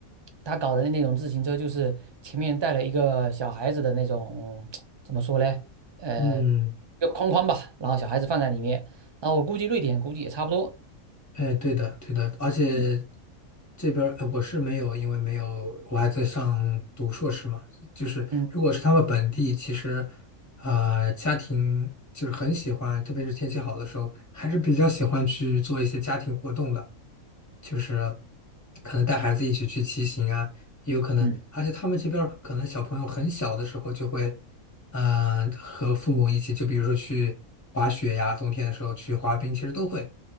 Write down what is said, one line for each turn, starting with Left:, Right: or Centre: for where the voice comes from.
Right: 他搞的那种自行车，就是前面带了一个小孩子的那种，怎么说嘞？呃。
Left: 嗯，
Right: 一个框框吧，然后小孩子放在里面，然后我估计瑞典估计也差不多。
Left: 哎，对的，对的，而且
Right: 嗯
Left: 这边儿呃我是没有，因为没有，我还在上读硕士嘛。就是如果是他们本地，
Right: 嗯
Left: 其实呃，家庭就是很喜欢，特别是天气好的时候，还是比较喜欢去做一些家庭活动的。就是可能带孩子一起去骑行啊，也有可能，
Right: 嗯
Left: 而且他们这边儿可能小朋友很小的时候就会，嗯、和父母一起，就比如说去滑雪呀，冬天的时候去滑冰，其实都会，